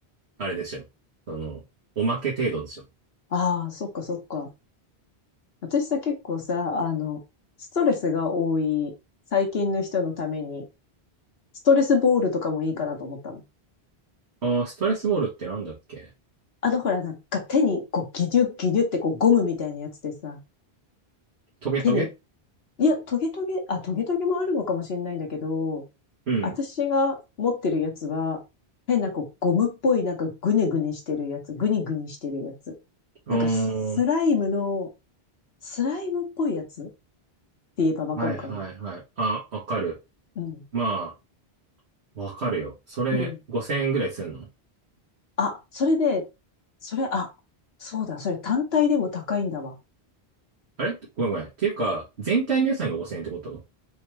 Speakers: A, on the right; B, on the left.
A: あれでしょ。その、おまけ程度でしょ。
B: ああ、そっかそっか。私さ、結構さ、あの、ストレスが多い最近の人のために、ストレスボールとかもいいかなと思ったの。
A: ああ、ストレスボールってなんだっけ
B: あの、ほら、なんか手に、こう、ギニュッギニュってこう、ゴムみたいなやつでさ、
A: トゲトゲ
B: 手に、いや、トゲトゲ、あ、トゲトゲもあるのかもしれないんだけど、
A: うん。
B: 私が持ってるやつは、変なこう、ゴムっぽい、なんかグニグニしてるやつ、グニグニしてるやつ。
A: うー
B: なんかス、スライムの、
A: ん。
B: スライムっぽいやつって言えばわかるかな。
A: はいはいはい。あ、わかる。
B: うん。
A: まあ、わかるよ。それ5000円ぐらいすんの
B: うん。あ、それで、それ、あ、そうだ、それ単体でも高いんだわ。
A: あれごめんごめん。っていうか、全体の予算が5000円ってこと